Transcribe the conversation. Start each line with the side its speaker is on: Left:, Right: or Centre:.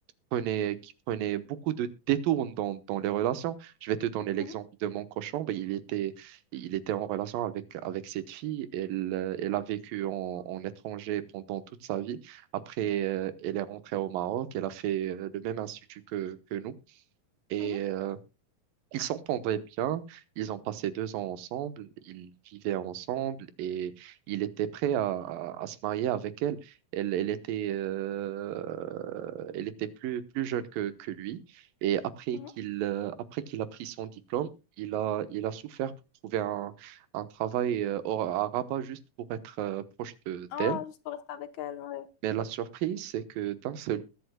Right: prenait, qui prenait beaucoup de détours dans, dans les relations. Je vais te donner l'exemple
Left: Mhm,
Right: de mon cochon. Ben, il était, il était en relation avec, avec cette fille. Elle, euh, elle a vécu en, en étranger pendant toute sa vie. Après, euh, elle est rentrée au Maroc. Elle a fait euh, le même institut que, que nous. Et
Left: mhm,
Right: euh, ils s'entendaient bien, ils ont passé deux ans ensemble, ils vivaient ensemble et il était prêt à, à- à se marier avec elle. Elle, elle était, euh, elle était plus, plus jeune que, que lui et après
Left: mhm.
Right: qu'il euh, après qu'il a pris son diplôme, il a, il a souffert pour trouver un, un travail euh, au- à Rabat juste pour être euh, proche de,
Left: Ah,
Right: d'elle.
Left: juste pour rester avec elle, ouais.
Right: Mais la surprise, c'est que d'un seul